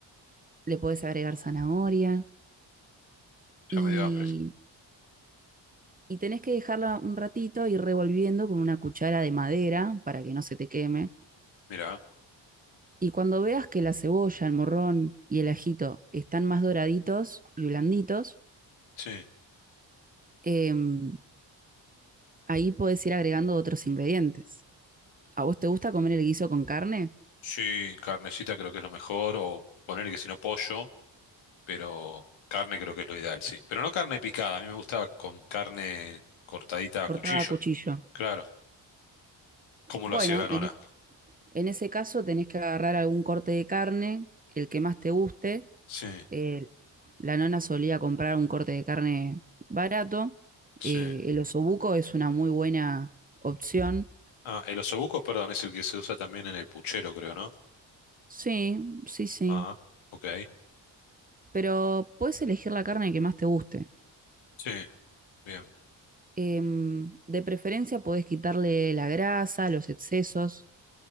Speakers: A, on the right (about 20°); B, on the left (about 85°).
A: le podés agregar zanahoria y,
B: ya me dio hambre.
A: y tenés que dejarla un ratito y revolviendo con una cuchara de madera para que no se te queme.
B: Mira,
A: Y cuando veas que la cebolla, el morrón y el ajito están más doraditos y blanditos,
B: sí,
A: em, ahí podés ir agregando otros ingredientes. ¿A vos te gusta comer el guiso con carne?
B: sí, carnecita creo que es lo mejor, o poner que si no pollo, pero carne creo que es lo ideal, sí. Pero no carne picada, a mí me gusta con carne cortadita a
A: Cortada
B: cuchillo,
A: a cuchillo.
B: claro. ¿Cómo
A: Bueno,
B: lo hacía la nona?
A: en, e, en ese caso tenés que agarrar algún corte de carne, el que más te guste.
B: Sí,
A: Eh, la nona solía comprar un corte de carne barato.
B: sí.
A: Eh, el osobuco es una muy buena opción.
B: Ah, el osobuco, perdón, es el que se usa también en el puchero, creo, ¿no?
A: Sí, sí, sí.
B: Ah, ok.
A: Pero puedes elegir la carne que más te guste.
B: Sí, bien.
A: Em, de preferencia podés quitarle la grasa, los excesos.